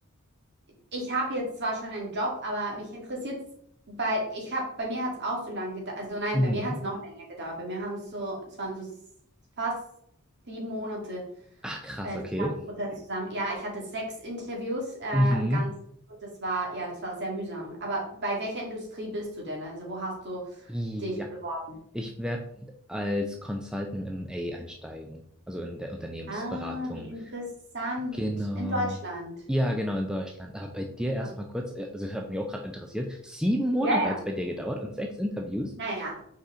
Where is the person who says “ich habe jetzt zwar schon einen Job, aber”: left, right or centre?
Right